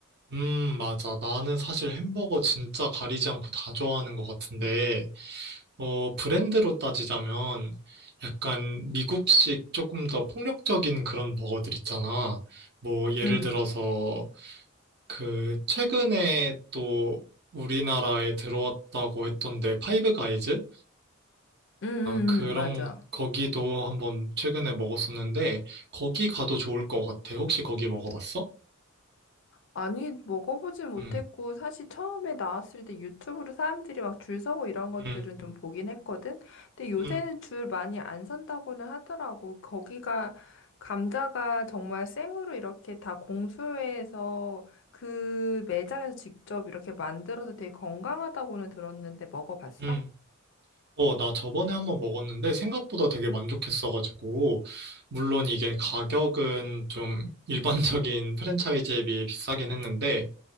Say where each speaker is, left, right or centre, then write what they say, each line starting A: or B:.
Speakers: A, on the right; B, on the left.
A: 음, 맞아. 나는 사실 햄버거 진짜 가리지 않고 다 좋아하는 것 같은데, 어, 브랜드로 따지자면 약간 미국식 조금 더 폭력적인 그런 버거들 있잖아. 뭐, 예를
B: 응,
A: 들어서 그 최근에 또 우리나라에 들어왔다고 했던데, 파이브 가이즈나
B: 응, 응,
A: 그런
B: 응, 맞아.
A: 거기도 한번 최근에 먹었었는데, 거기 가도 좋을 것 같아. 혹시 거기 먹어봤어?
B: 아니, 먹어보진 못했고,
A: 음,
B: 사실 처음에 나왔을 때 유튜브로 사람들이 막 줄 서고 이런 것들은
A: 음,
B: 좀 보긴 했거든? 근데 요새는
A: 음,
B: 줄 많이 안 선다고는 하더라고. 거기가, 감자가 정말 생으로 이렇게 다 공수해서 그 매장에서 직접 이렇게 만들어서 되게 건강하다고는 들었는데 먹어봤어?
A: 음. 어, 나 저번에 한번 먹었는데 생각보다 되게 만족했어가지고, 물론 이게 가격은 좀 <laughs> 일반적인 프랜차이즈에 비해 비싸긴 했는데,